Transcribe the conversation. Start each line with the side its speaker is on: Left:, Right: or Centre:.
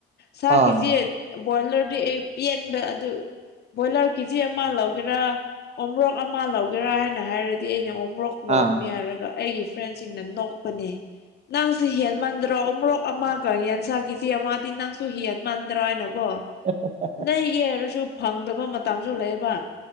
Left: ꯁꯥꯀꯤꯁꯦ
Right: ꯍꯣꯏ
Left: ꯕꯣꯏꯂꯔꯗꯤ ꯑꯩ ꯄꯦꯟꯕ ꯑꯗꯨ ꯕꯣꯏꯂꯔ ꯀꯦꯖꯤ ꯑꯃ ꯂꯧꯒꯦꯔꯥ ꯑꯣꯔꯣꯛ ꯑꯃ ꯂꯧꯒꯦꯔꯥ ꯍꯥꯏꯅ ꯍꯥꯏꯔꯗꯤ ꯑꯩꯅ ꯑꯣꯔꯣꯛ ꯂꯧꯥꯎꯒꯅꯤ
Right: ꯑꯥ
Left: ꯍꯥꯏꯔꯒ ꯑꯩꯒꯤ ꯐ꯭ꯔꯦꯟꯁꯤꯡꯅ ꯅꯣꯛꯄꯅꯦ ꯅꯪꯁꯦ ꯍꯦꯟ ꯃꯟꯗ꯭ꯔꯣ ꯑꯃꯨꯔꯣꯛ ꯑꯃꯒ ꯌꯦꯟꯁꯥꯒꯤ ꯏꯦ ꯃꯥꯗꯤ ꯅꯪꯁꯨ ꯍꯤꯍꯟ ꯃꯥꯟꯗ꯭ꯔꯥ ꯍꯥꯏꯅꯀꯣ
Right: ꯑꯣ ꯑꯣ
Left: ꯅꯒꯤ ꯍꯥꯏꯔꯁꯨ ꯐꯪꯗꯕ ꯃꯇꯝꯁꯨ ꯂꯩꯌꯦꯕ